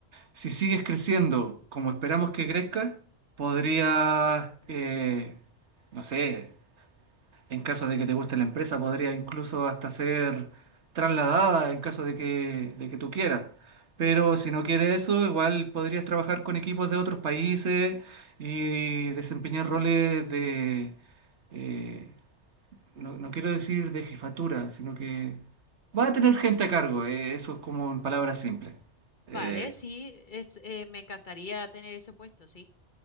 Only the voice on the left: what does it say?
Vale, sí, es- eh, me encantaría tener ese puesto, sí.